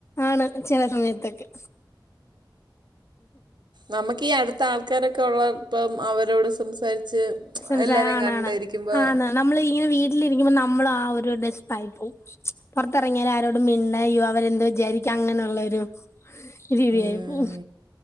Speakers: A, on the left; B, on the right.
A: ആണ് ചില സമയത്ത്ഒക്കെ
B: നമുക്ക്ീഈ അടുത്ത ആൾക്കാരൊക്കെ ഉള്ള ഇപ്പം അവരോട് സംസാരിച്ച്
A: സംസാരം
B: എല്ലാരെയും
A: ആണാണ്
B: കണ്ടിരിക്കുമ്പോ
A: ആണ് നമ്മള് ഇങ്ങനെ വീട്ടിലിരിക്കുമ്പോ നമ്മള ആ ഒരു ഡെസ്പയി പോവും പുൊറത്തിറങ്ങിയാല ആരോടും മിണ്ടയ്യോ അവരെന്തോ വിചാരിക്കാ അങ്ങനെയുള്ളരു ഇരിയായിപ്പോ
B: ഉം,